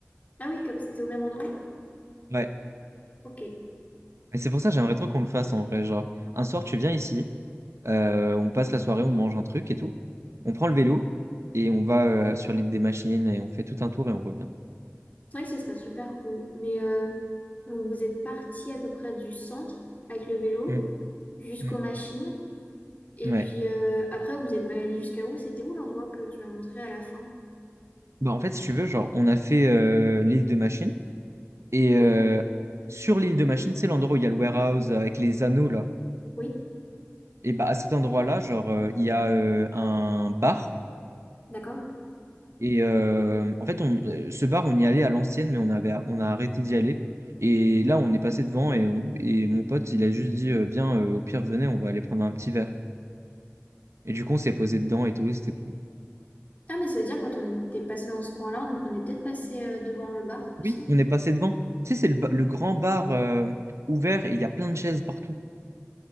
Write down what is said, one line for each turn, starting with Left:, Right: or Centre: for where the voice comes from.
Left: Ah oui, comme- c'était au même endroit?
Right: Ouais.
Left: Ok. C'est
Right: Et c'est pour ça que j'aimerais trop qu'on le fasse en vrai. Genre, un soir, tu viens ici, euh, on passe la soirée, on mange un truc et tout. On prend le vélo et on va euh, sur l'île des machines et on fait tout un tour et on revient.
Left: vrai que ce serait super cool. Mais euh, donc vous êtes parti à peu près du centre avec le vélo
Right: Mm,
Left: jusqu'aux
Right: mm,
Left: machines. Et
Right: mm. Ouais.
Left: puis euh, après, vous êtes baladé jusqu'à où? C'était où l'endroit que tu m'as montré à la fin?
Right: Bah, en fait, si tu veux, genre, on a fait euh, l'île de Machine. Et euh,
Left: Oui,
Right: sur l'île de Machine, c'est l'endroit où il y a le warehouse avec les anneaux, là.
Left: oui,
Right: Et bah à cet endroit-là, genre euh, il y a euh, un bar
Left: d'accord.
Right: et euh, en fait on, euh, ce bar on y allait à l'ancienne mais on avait on a arrêté d'y aller et là on est passé devant et, on- et mon pote il a juste dit euh, viens euh, au pire venez on va aller prendre un petit verre et du coup on s'est posé dedans et tout et c'était cool.
Left: Ah, mais ça veut dire quand on était passé dans ce coin-là, on, on est peut-être passé euh, devant le bar
Right: Oui,
Left: aussi.
Right: on est passé devant. Tu sais c'est le, ba- le grand bar euh, ouvert et il y a plein de chaises partout.